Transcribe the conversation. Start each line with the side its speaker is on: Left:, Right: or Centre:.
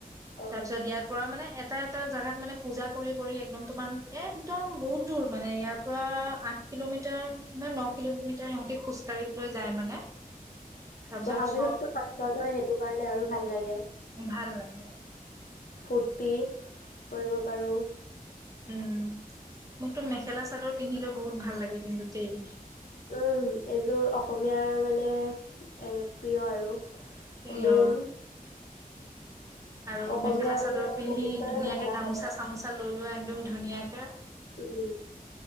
Left: অ
Right: তাৰপিছত ইয়াৰ পৰা মানে এটাই এটা জাগাত মানে পুজা কৰি কৰি একদম তোমাৰ একদম বহুত দূৰ মানে ইয়াৰ পৰা আঠ কিলোমিটাৰ তাৰ মানে ন কিলোমিটাৰ ইহঁতে খোজকাঢ়িবলৈ যায় মানে, তাৰপিছত
Left: ব'হাগ
Right: চব
Left: বিহুতটো সত নহয় সেইটো কাৰণে আৰু ভাল লাগে
Right: ভাল লাগে
Left: ফূৰ্তি কৰিব পাৰোঁ
Right: উ মোকতো মেখেলা চাদৰ পিন্ধিলে বহুত ভাল লাগে কিন্তু দেই
Left: উম এইযোৰ অসমীয়াৰ মানে এ প্ৰিয় আৰু
Right: প্ৰিয়
Left: মেইন
Right: আৰু
Left: অসমীয়াৰ
Right: মেখেলা চাদৰ পিন্ধি
Left: মানে
Right: ধুনীয়াকে
Left: মেখেলা
Right: গামোচা
Left: চাদৰ
Right: চামোচা লৈ লোৱা একদম ধুনীয়াকে
Left: উম